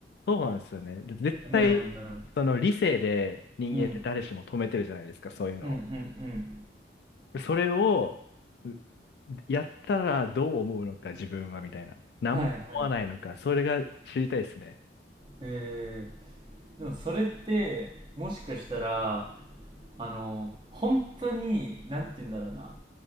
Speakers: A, on the left; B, on the right.
A: そうなんですよね。で絶対、
B: なるほどなるほど。
A: その理性で人間って誰しも止めてるじゃないですか、
B: うん。
A: そういうのを。
B: うんうんうん。
A: それを、うやったらどう思うのか、自分は、みたいな。何も思わないのか、
B: はいはい。
A: それが知りたいですね。
B: えー、でもそれって、もしかしたら、あの、本当に、なんて言うんだろうな。